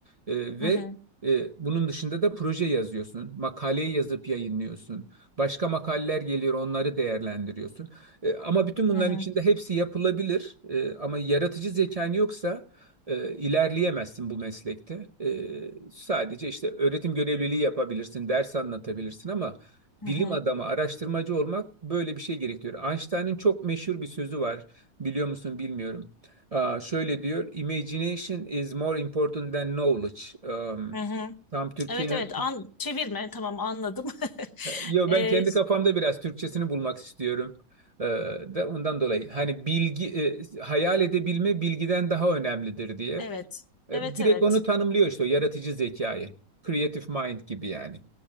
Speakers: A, on the right; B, on the left.
A: Ee, ve
B: hı hı,
A: e, bunun dışında da proje yazıyorsun. Makaleyi yazıp yayınlıyorsun. Başka makaleler geliyor, onları değerlendiriyorsun. Ee, ama bütün bunların
B: hı hı,
A: içinde hepsi yapılabilir. Ee, ama yaratıcı zekan yoksa e, ilerleyemezsin bu meslekte. Ee, sadece işte öğretim görevliliği yapabilirsin, ders anlatabilirsin ama
B: hı
A: bilim
B: hı,
A: adamı, araştırmacı olmak böyle bir şey gerektiriyor. Einstein'ın çok meşhur bir sözü var. Biliyor musun bilmiyorum. Aa, şöyle diyor, Imagination is more important than knowledge. Um,
B: hı hı.
A: tam Türkiye...
B: Evet evet an çevirme tamam anladım. <laughs>
A: Yo,
B: Ee,
A: ben kendi kafamda biraz Türkçesini bulmak istiyorum. Ee, de ondan dolayı hani bilgi e, hayal edebilme bilgiden daha önemlidir diye.
B: evet.
A: E,
B: Evet
A: direkt
B: evet.
A: onu tanımlıyor işte o yaratıcı zekayı. Creative mind gibi yani.